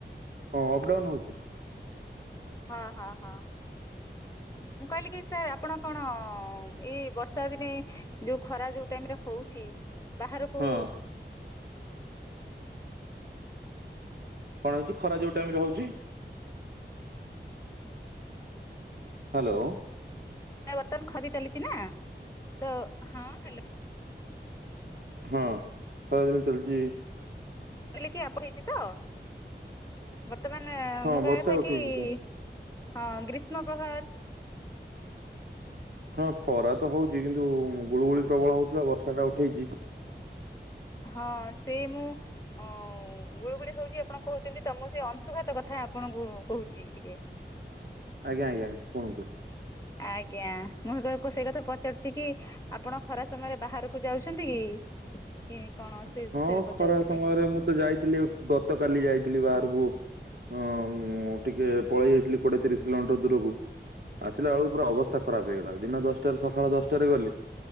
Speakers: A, on the right; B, on the left.
A: ହଁ ଅପ ଡାଉନ୍ ହଉଚି।
B: ହଁ ହଁ ହଁ। ମୁଁ କହିଲି କି ସାର୍ ଆପଣ କଣ ହଁ ଏଇ ବର୍ଷା ଦିନେ ଯୋଉ ଖରା ଯୋଉ ଟାଇମେରେ ହୋଉଛି ବାହାରୁକୁ
A: ହଁ। କଣ ହେଇଚି ଖରା ଯୋଉ ଟାଇମ୍ ରେ ହଉଚି? ହାଲୋ
B: ବର୍ତ୍ତମାନ ଖରି ଚାଲିଛି ନା ତ ହଁ ହାଲୋ।
A: ହଁ ଖରାଦିନ ଚଲୁଚି।
B: ମୁିଲ କଇଲି କି ଆପ ହେଇଚି ତ ମୋର୍ ତ ମାନେ
A: ହଁ
B: ମୁଁ
A: ବର୍ଷା
B: କହିବା କଥା
A: ଉଠେଇଛି
B: କି
A: ତ।
B: ହଁ, ଗ୍ରୀଷ୍ମ ପ୍ରହା
A: ହଁ ଖରା ତ ହୋଉଚି କିନ୍ତୁ ଗୁଳୁଗୁଳି ପ୍ରବଳ ହୋଉଥୁଲା ବର୍ଷାଟା ଉଠେଇଚି।
B: ହଁ ସେଇ ମୁଁ ଅ ଗୁଳଗୁଳି ହୋଉଚି ଆପଣ କୋହୁଚନ୍ତି ତ ମୁଁ ସେଇ ଅଂଶୁଘାତ କଥା ଆପଣଙ୍କୁ କୋହୁଚି ଟିକେ।
A: ଆଜ୍ଞା ଆଜ୍ଞା। କୁହନ୍ତୁ।
B: ଆଜ୍ଞା। ମୁହୁଁ ତାକୁ ସେଇ କଥା ପଚାରୁଛି କି ଆପଣ ଖରାପ ସମୟରେ ବାହାରୁକୁ ଯାଉଛନ୍ତି କି?
A: <inaudible>
B: କି କଣ ସେ ବିଷୟରେ
A: ହଁ
B: ପଚାରୁଥିଲେ
A: ଖରା ସମୟରେ ମୁଁ ତ ଯାଇଥିଲି ଗତ କଲି ଯାଇଥିଲି ବାହାରୁକୁ। ଅଁ ଟିକେ ପଳେଇ ଯାଇଥିଲି କୋଡ଼ିଏ ତିରିଶ କିଲୋମିଟର୍ ଦୂରକୁ। ଆସିଲା ଅଳୁ ପୁରା ଅବସ୍ଥା ଖରାପ ହେଇଗଲା। ଦିନ ଦଶଟାରେ, ସକାଳ ଦଶଟାରେ ଗଲି